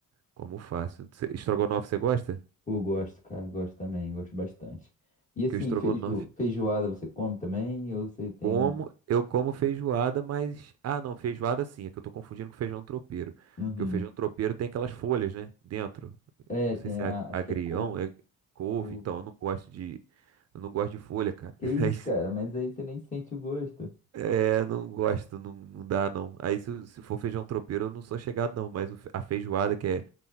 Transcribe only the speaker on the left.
Pô, gosto, cara, gosto também, gosto bastante. E
assim,
feijo, feijoada você come também? Ou você tem
um.
Uhum.
É,
tem
a.
Acho
que é couve.
Couve.
Que isso,
cara, mas aí você nem sente o gosto.